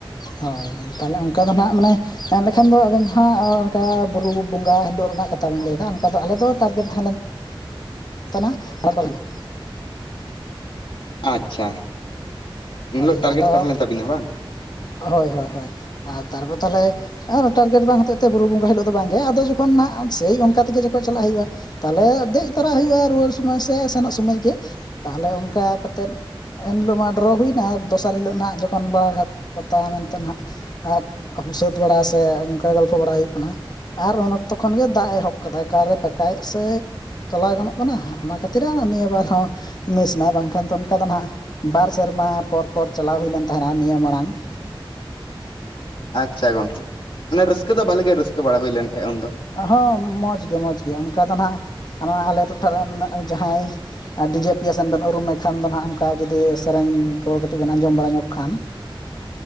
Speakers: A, on the left; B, on the left.
A: ᱦᱳᱭ ᱛᱟᱞᱦᱮ ᱚᱱᱠᱟ ᱫᱚ ᱱᱟᱦᱟᱜ ᱢᱟᱱᱮ ᱢᱮᱱᱞᱠᱷᱟᱱ ᱫᱚ ᱟᱵᱮᱱ ᱦᱟᱸᱜ ᱚᱱᱠᱟ ᱵᱩᱨᱩ ᱵᱚᱸᱜᱟ ᱦᱤᱞᱳᱜ ᱨᱮᱱᱟᱜ ᱠᱟᱛᱷᱟ ᱵᱮᱱ ᱞᱟᱹᱭᱫᱟ ᱚᱱᱠᱟ ᱫᱚ ᱟᱞᱮ ᱫᱚ ᱴᱟᱨᱜᱮᱴ ᱛᱟᱦᱮᱸ ᱞᱮᱱ <unintelligible>
B: ᱟᱪᱪᱷᱟ᱾ ᱩᱱᱦᱤᱞᱚᱜ
A: ᱦᱳᱭ
B: ᱴᱟᱨᱜᱮᱴ
A: ᱟᱫᱚ
B: ᱛᱟᱦᱮᱸ ᱞᱮᱱ ᱛᱟᱵᱤᱱᱟ ᱵᱟᱝ?
A: ᱦᱳᱭ ᱦᱳᱭ ᱦᱳᱭ ᱟᱨ ᱛᱟᱨᱯᱚᱨ ᱛᱟᱦᱚᱞᱮ ᱴᱟᱨᱜᱮᱴ ᱵᱟᱝ ᱦᱚᱛᱚᱜ ᱛᱮ ᱵᱩᱨᱩ ᱵᱚᱸᱜᱟ ᱦᱤᱞᱳᱜ ᱫᱚ ᱵᱟᱝᱜᱮ ᱟᱫᱚ ᱡᱚᱠᱷᱚᱱ ᱱᱟᱦᱜ ᱥᱮᱭ ᱚᱱᱠᱟ ᱛᱮᱜᱮ ᱡᱚᱠᱷᱚᱱ ᱪᱟᱞᱟᱜ ᱦᱩᱭᱩᱜᱼᱟ ᱛᱟᱦᱚᱞᱮ ᱫᱮᱡ ᱛᱚᱨᱟᱜ ᱦᱩᱭᱩᱜᱼᱟ ᱨᱩᱣᱟᱹᱲ ᱥᱚᱢᱚᱭ ᱥᱮ ᱥᱮᱱᱚᱜ ᱥᱚᱢᱚᱭ ᱜᱮ ᱛᱟᱦᱚᱞᱮ ᱚᱱᱠᱟ ᱠᱟᱛᱮᱫ ᱮᱱᱦᱤᱞᱳᱜ ᱢᱟ ᱰᱨᱚ ᱦᱩᱭᱱᱟ ᱫᱚᱥᱟᱨ ᱦᱤᱞᱳᱜ ᱱᱟᱦᱟᱸᱜ ᱡᱚᱠᱷᱚᱱ ᱵᱟᱦᱟ ᱦᱟᱴ ᱯᱟᱛᱟ ᱢᱮᱱᱛᱮ ᱱᱟᱦᱜ ᱟᱛ ᱥᱟᱹᱛ ᱵᱟᱲᱟ ᱥᱮ ᱚᱱᱠᱟ ᱜᱚᱞᱯᱷᱚ ᱵᱟᱲᱟ ᱦᱩᱭᱩᱜ ᱠᱟᱱᱟ ᱾ ᱟᱨ ᱩᱱ ᱚᱠᱛᱚ ᱠᱷᱚᱱ ᱜᱮ ᱫᱟᱜ-ᱮ ᱮᱦᱚᱵ ᱠᱟᱫᱟ ᱚᱠᱟᱨᱮ ᱯᱟᱠᱟᱭᱮᱫ ᱥᱮ ᱪᱟᱞᱟᱣ ᱜᱟᱱᱚᱜ ᱠᱟᱱᱟ ᱚᱱᱟ ᱠᱷᱟᱹᱛᱤᱨ ᱟᱸ ᱱᱤᱭᱟᱹ ᱵᱟᱨ ᱦᱚᱸ ᱢᱤᱥᱱᱟ ᱵᱟᱝᱠᱷᱟᱱ ᱫᱚ ᱚᱱᱠᱟ ᱫᱚ ᱱᱟᱦᱜ ᱵᱟᱨ ᱥᱮᱨᱢᱟ ᱯᱚᱨ ᱯᱚᱨ ᱪᱟᱞᱟᱣ ᱦᱩᱭ ᱞᱮᱱ ᱛᱟᱦᱮᱱᱟ ᱱᱤᱭᱟᱹ ᱢᱟᱲᱟᱝ ᱾
B: ᱟᱪᱪᱷᱟ ᱜᱚᱢᱠᱮ ᱢᱟᱱᱮ ᱨᱟᱹᱥᱠᱟᱹ ᱫᱚ ᱵᱷᱟᱞᱮ ᱜᱮ ᱨᱟᱹᱥᱠᱟᱹ ᱵᱟᱲᱟ ᱦᱩᱭ ᱞᱮᱱ ᱛᱟᱦᱮᱸᱫ ᱩᱱᱫᱚ?
A: ᱦᱚᱸ ᱢᱚᱡᱽ ᱜᱮ ᱢᱚᱡᱽ ᱜᱮ ᱚᱱᱠᱟ ᱫᱚ ᱱᱟᱦᱜ ᱱᱚᱣᱟ ᱟᱞᱮ ᱴᱚᱴᱷᱟᱨ ᱨᱮᱱ ᱡᱟᱦᱟᱸᱭ ᱟᱨ ᱰᱤᱡᱮ ᱯᱤᱭᱟᱥᱮᱱ ᱵᱮᱱ ᱩᱨᱩᱢᱠᱷᱟᱱ ᱫᱚ ᱱᱟᱦᱟᱜ ᱚᱱᱠᱟ ᱡᱩᱫᱤ ᱥᱮᱨᱮᱧ ᱠᱚ ᱠᱟᱹᱴᱤᱡ ᱵᱮᱱ ᱟᱸᱡᱚᱢ ᱵᱟᱲᱟ ᱧᱚᱜ ᱠᱷᱟᱱ ᱾